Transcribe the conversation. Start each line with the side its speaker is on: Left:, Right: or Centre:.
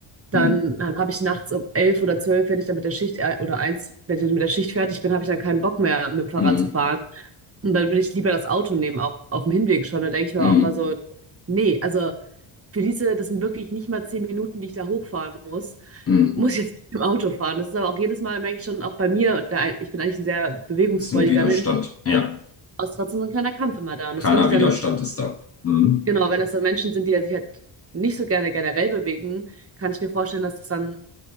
Right: Dann,
Left: mm,
Right: dann habe ich nachts um elf oder zwölf, wenn ich dann mit der Schicht äh, oder eins, wenn ich dann mit der Schicht fertig bin, habe ich dann keinen Bock mehr, mit dem Fahrrad
Left: mm,
Right: zu fahren. Und dann will ich lieber das Auto nehmen, auch auf dem Hinweg schon. Da denke ich mir
Left: mm,
Right: auch immer so, nee, also für diese, das sind wirklich nicht mal zehn Minuten, die ich da hochfahren muss,
Left: mm.
Right: muss ich jetzt mit dem Auto fahren. Das ist aber auch jedes Mal, merke ich schon, auch bei mir, da, ich bin eigentlich ein sehr bewegungsfreudiger
Left: Ist ein Widerstand.
Right: Mensch,
Left: Ja.
Right: aber es ist trotzdem so ein kleiner Kampf immer da. Und
Left: Keiner
Right: das finde ich dann
Left: Widerstand ist da. Mhm.
Right: Genau, wenn das dann Menschen sind, die ja sich halt nicht so gerne generell bewegen, kann ich mir vorstellen, dass das dann